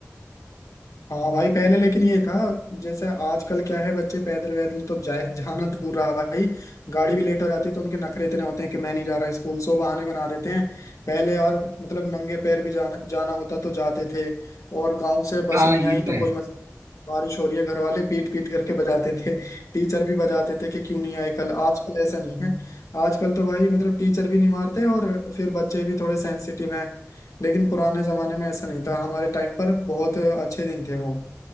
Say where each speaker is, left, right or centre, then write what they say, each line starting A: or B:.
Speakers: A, on the left; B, on the right.
A: हाँ भाई पहले लेकिन ये था जैसे आजकल क्या है बच्चे पैदल वैदल तो जाए जाना दूर रहा भाई गाड़ी भी लेट हो जाती है तो उनके नखरे इतने होते हैं कि मैं नहीं जा रहा स्कूल सो बहाने बना देते हैं पहले यार मतलब नंगे पैर भी जाना जाना होता तो जाते थे और गाँव से बस
B: हाँ
A: नहीं
B: ये
A: आई
B: तो
A: तो
B: है
A: कोई मत बारिश हो रही है घर वाले पीट पीट करके बजाते थे टीचर भी बजाते थे कि क्यों नहीं आए कल आजकल ऐसा नहीं है आजकल तो भाई मतलब टीचर भी नहीं मारते और फिर बच्चे भी थोड़े सेंसिटिव हैं लेकिन पुराने जमाने में ऐसा नहीं था हमारे टाइम पर बहुत अच्छे दिन थे वो